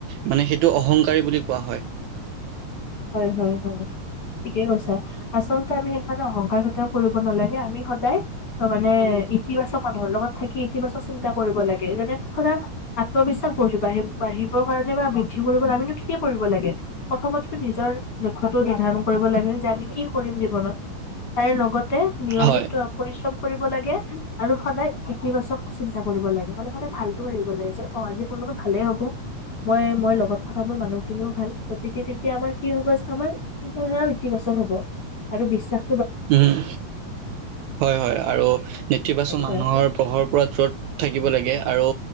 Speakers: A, on the right; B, on the left.
A: মানে সেইটো অহংকাৰী বুলি কোৱা হয়।
B: হয়, হয়, হয়। ঠিকে কৈছা, আচলতে আমি সেইকাৰণে অহংকাৰ কেতিয়াও কৰিব নালাগে, আমি সদায় মানে, ইতিবাচক মানুহৰ লগত থাকি, ইতিবাচক চিন্তা কৰিব লাগে যেনে ধৰা আত্মবিশ্বাস ব বাঢ় বাঢ়িবৰ কাৰণে বা বৃদ্ধি কৰিব বাবে আমিনু কি কি কৰিব লাগে, প্ৰথমতে নিজৰ লক্ষ্যতো নিৰ্ধাৰণ কৰিব লাগে। যে আমি কি কৰিম জীৱনত, তাৰে লগতে নিয়মিত
A: হয়
B: পৰিশ্ৰম কৰিব লাগে, আৰু সদায় ইতিবাচক চিন্তা কৰিব লাগে, মানে সদায় ভালটো ভাবিব লাগে যে অ', আজি মোৰ লগত ভালেই হ'ব, মই, মই লগত থকা মোৰ মানুহখিনিও ভাল, গতিকে এতিয়া আমাৰ কি হ'ব যে, আমাৰ চিন্তাধাৰাও ইতিবাচক হ'ব, আৰু বিশ্বাস
A: উম, হয়, হয়, আৰু নেতিবাচক মানুহৰ
B: হয়
A: প্ৰভাৱৰ পৰা দূৰত থাকিব লাগে, আৰু